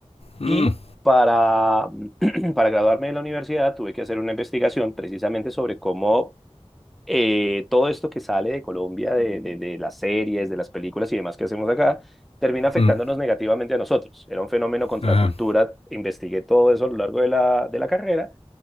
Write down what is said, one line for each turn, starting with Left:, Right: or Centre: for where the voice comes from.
Left: Mm,
Centre: Y para, <clears throat> para graduarme de la universidad tuve que hacer una investigación precisamente sobre cómo eh, todo esto que sale de Colombia, de, de, de las series, de las películas y demás que hacemos acá, termina afectándonos
Left: mm,
Centre: negativamente a nosotros. Era un fenómeno contracultura,
Left: ajá,
Centre: investigué todo eso a lo largo de la, de la carrera